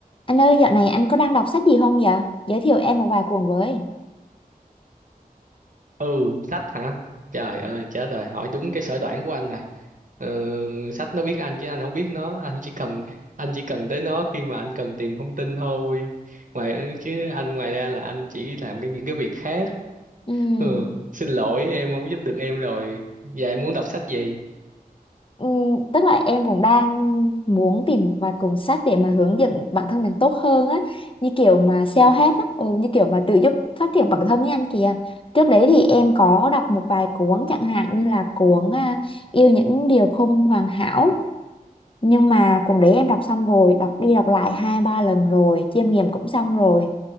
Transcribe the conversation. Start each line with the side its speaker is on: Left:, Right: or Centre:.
Left: Anh ơi, dạo này anh có đang đọc sách gì không vậy? Giới thiệu em một vài cuốn với.
Right: ừ sách hả trời ơi chết rồi hỏi đúng cái sở đoản của anh này ừ, sách nó biết anh chứ anh không biết nó <laughs> anh chỉ cần anh chỉ cần tới nó khi mà anh cần tìm thông tin thôi ngoài chứ anh ngoài ra là anh chỉ làm cái những cái việc khác
Left: Ừm,
Right: ừ, xin lỗi em không giúp được em rồi và em muốn đọc sách gì
Left: ừm, tức là em cũng đang muốn tìm một vài cuốn sách để mà hướng dẫn bản thân mình tốt hơn á, như kiểu mà self-help
Right: ừ
Left: á, ừ, như kiểu mà tự giúp phát triển bản thân với anh kìa. Trước đấy thì em có đọc một vài cuốn chẳng hạn như là cuốn à, Yêu những điều không hoàn hảo. Nhưng mà cuốn đấy em đọc xong rồi, đọc đi đọc lại hai ba lần rồi, chiêm nghiệm cũng xong rồi.